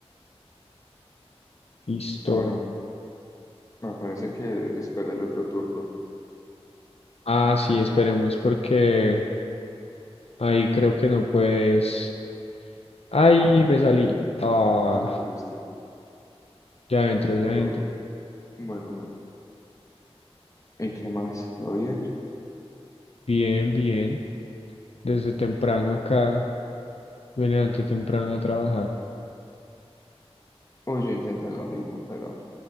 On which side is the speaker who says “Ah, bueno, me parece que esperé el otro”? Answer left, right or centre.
Left